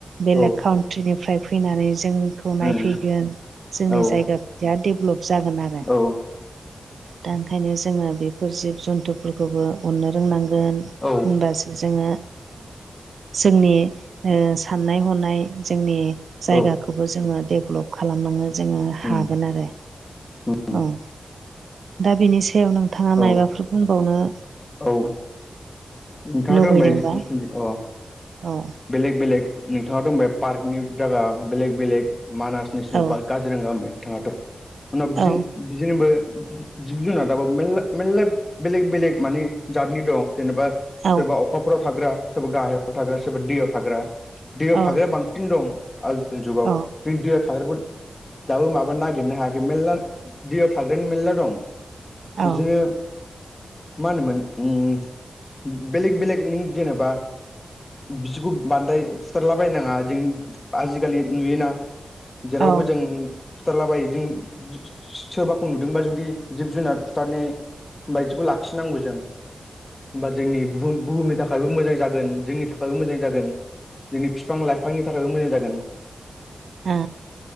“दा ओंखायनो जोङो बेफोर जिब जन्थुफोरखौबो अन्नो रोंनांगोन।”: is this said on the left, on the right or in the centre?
Right